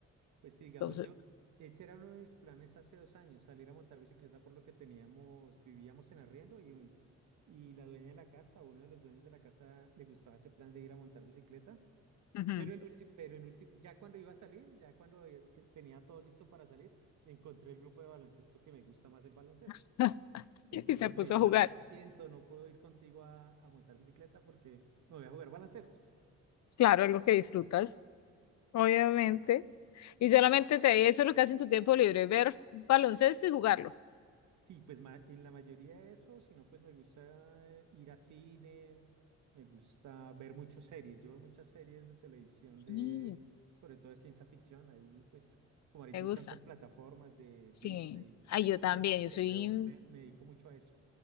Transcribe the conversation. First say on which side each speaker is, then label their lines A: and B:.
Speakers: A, on the right (about 70°); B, on the left (about 65°).
A: Pues sí, digamos
B: Entonces,
A: yo, ese era uno de mis planes hace dos años, salir a montar bicicleta por lo que teníamos, vivíamos en arriendo y, y la dueña de la casa, uno de los dueños de la casa, le gustaba ese plan de ir a montar bicicleta.
B: ujú.
A: Pero en último, pero en último, ya cuando iba a salir, ya cuando eh, eh, tenía todo listo para salir, encontré el grupo de baloncesto que me gusta más el baloncesto.
B: <laughs>
A: Entonces
B: Y se puso
A: le dije,
B: a jugar.
A: no, lo siento, no puedo ir contigo a, a montar bicicleta porque me voy a jugar baloncesto.
B: Claro, algo que disfrutas, obviamente. Y solamente te eso es lo que haces en tu tiempo libre, ver baloncesto y jugarlo.
A: Sí, pues ma- en la mayoría de eso, si no, pues me gusta eh, ir a cine, me gusta ver muchas series. Yo veo muchas series de televisión de,
B: Mm,
A: sobre todo de ciencia ficción. Ahí, pues, como ahorita
B: ¿te gusta?
A: hay tantas plataformas de
B: Sí.
A: Disney,
B: Ay, yo también,
A: Netflix, pues
B: yo soy,
A: veo, ve- me dedico mucho a eso.